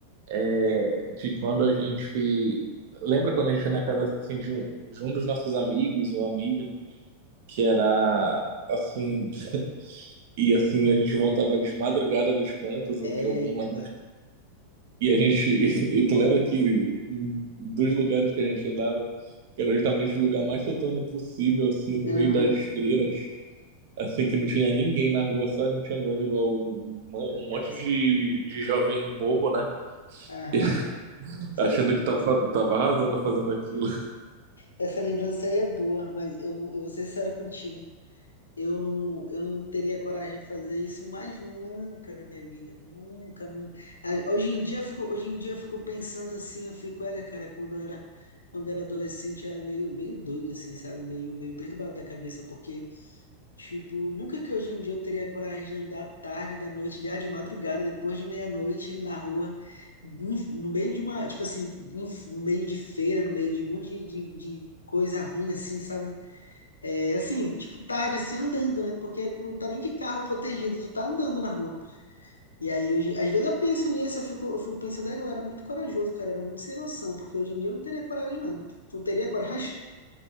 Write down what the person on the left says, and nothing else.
Égua.
Aham,
Égua,
cara.
isso-
aham.
Essa
essa lembrança
aí é boa.
Essa lembrança aí é boa, mas eu, eu vou ser sério contigo. Eu não, eu não teria coragem de fazer isso mais nunca na minha vida, nunca. nu- Ah, Hoje em dia eu fico, hoje em dia eu fico pensando assim, eu fico, olha, cara, quando eu era, quando eu era adolescente eu era meio, meio doido assim, sabe? Meio, meio perturbado da cabeça, porque, tipo, nunca que hoje em dia eu teria coragem de andar tarde da noite, já de madrugada, depois de meia-noite, na rua, em- no meio de uma, tipo assim, em- no meio de feira, no meio de um monte de, de de coisa ruim, assim, sabe? É assim, tipo, tarde assim andando, né? Porque tu não tá nem de carro protegido, tu tá andando na rua. E aí, hoje, às vezes eu penso nisso, eu fico, eu fico pensando, "É, eu era muito corajoso, cara, era muito sem noção, porque hoje em dia eu não teria coragem, não. Tu teria coragem? <laughs>